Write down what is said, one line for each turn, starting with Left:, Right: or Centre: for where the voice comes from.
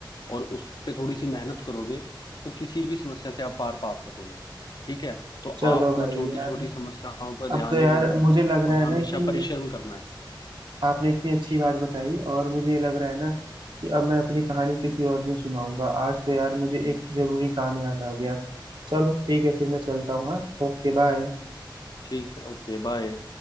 Left: और उस पे थोड़ी सी मेहनत करोगे तो किसी भी समस्या से आप पार पा सकोगे ठीक है तो
Right: चलो
Left: आपको
Right: भाई
Left: छोटी
Right: यार
Left: छोटी समस्याओं पर ध्यान
Right: अब तो यार
Left: नहीं देना
Right: मुझे लग
Left: और
Right: रहा
Left: हमेशा
Right: है ना कि
Left: परिश्रम करना है
Right: आपने इतनी अच्छी बात बताई और मुझे ये लग रहा है ना कि अब मैं अपनी कहानी किसी और दिन सुनाऊंगा आज तो यार मुझे एक जरूरी काम याद आ गया चलो ठीक है फिर मैं चलता हूँ हाँ ओके बाय
Left: ठीक है ओके बाय